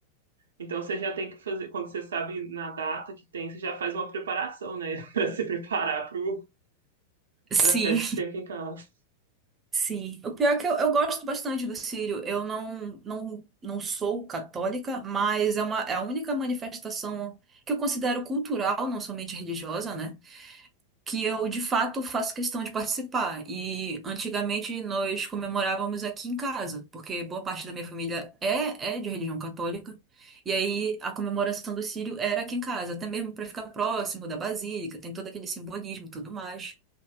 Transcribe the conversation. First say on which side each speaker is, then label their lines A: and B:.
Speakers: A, on the right; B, on the right.
A: Então você já tem que fazer, quando você sabe na data que tem, você já faz uma preparação, né? <laughs> Pra se preparar pro,
B: Sim,
A: pra ficar esse tempo em casa.
B: sim. O pior é que eu, eu gosto bastante do Círio. Eu não, não, não sou católica, mas é uma, é a única manifestação que eu considero cultural, não somente religiosa, né? que eu de fato faço questão de participar. E antigamente nós comemorávamos aqui em casa, porque boa parte da minha família é, é de religião católica. E aí a comemoração do Círio era aqui em casa, até mesmo para ficar próximo da basílica, tem todo aquele simbolismo e tudo mais.